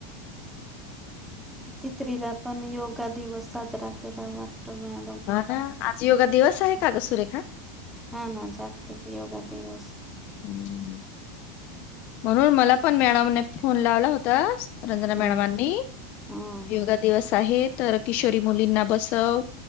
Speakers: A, in the centre; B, on the left.
A: तितरीला पण योगा दिवस साजरा केला वाटतो मॅ
B: हा ना, आज योगा दिवस आहे का ग सुरेखा?
A: हा ना जागतिक योगा दिवस.
B: <unintelligible> म्हणून, मला पण मॅडमने फोन लावला होता, रंजना मॅडमांनी
A: हम्म हम्म
B: योगा दिवस आहे तर किशोरी मुलींना बसव.